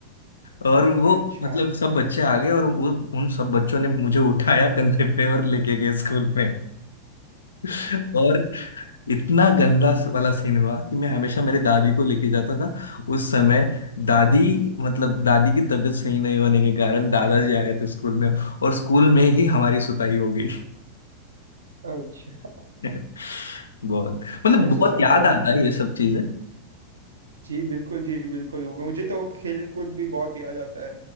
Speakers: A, on the left (about 70°); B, on the right (about 70°).
A: और वो
B: अच्छा
A: मतलब सब बच्चे आ गए और वो उन सब बच्चों ने मुझे उठाया कंधे पे और लेके गए स्कूल में <laughs> और इतना गंदा स- वाला सीन हुआ कि मैं हमेशा मेरे दादी को लेके जाता था उस समय दादी मतलब दादी की तबीयत सही नहीं होने के कारण दादाजी आए थे स्कूल में और स्कूल में ही हमारी सुताई हो गई
B: अच्छा
A: <laughs> बहुत मतलब
B: ऐसे
A: बहुत
B: सब
A: याद
B: तो हम
A: आता है ये सब चीजें
B: जी बिल्कुल जी बिल्कुल मुझे तो खेल कूद भी बहुत याद आता है